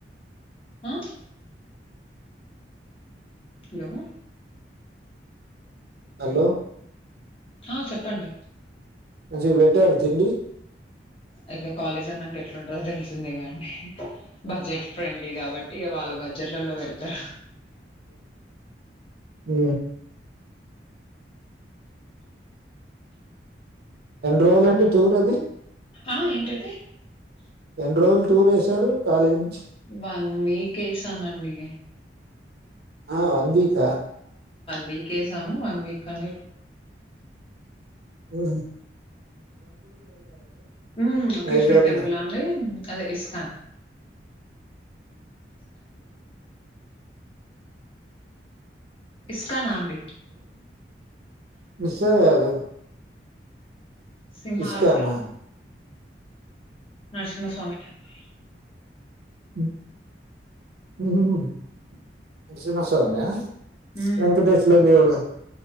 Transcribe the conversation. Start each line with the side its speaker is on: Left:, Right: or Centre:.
Left: ఆ హలో
Right: హలో
Left: ఆ చెప్పండి
Right: <unintelligible>
Left: ఇక కాలేజ్ అన్నాక ఎట్లుంటందో తెలిసిందే గా బడ్జెట్ ఫ్రెండ్లీ కాబట్టి ఇక వాళ్ళ బడ్జెట్లలో పెడతారు
Right: అ రోజులు అండి టూర్ అది
Left: ఆ ఏంటండి అ
Right: ఎన్ని రోజులు టూర్ వేశారు కాలేజ్ నుంచి
Left: వన్ వీక్ వేసామండి
Right: ఆ వందిత
Left: వీకేసమ వన్ వీక్ అ
Right: హ
Left: ఉ
Right: వైజాగ్
Left: కృష్ణూ <unintelligible> టెంపుల్
Right: లో
Left: అండి అదే ఇస్కాన్. ఇస్కానా అండి.
Right: మిస్ అయ్యాదు
Left: సింభాచ్చ
Right: ఇస్కానా
Left: నరసింహస్వామి టెంపుల్.
Right: మ్ హుహుమ్ నరసింహాస్వామా.
Left: హ్మ్
Right: వెంకటేశ్వర దేవుడు.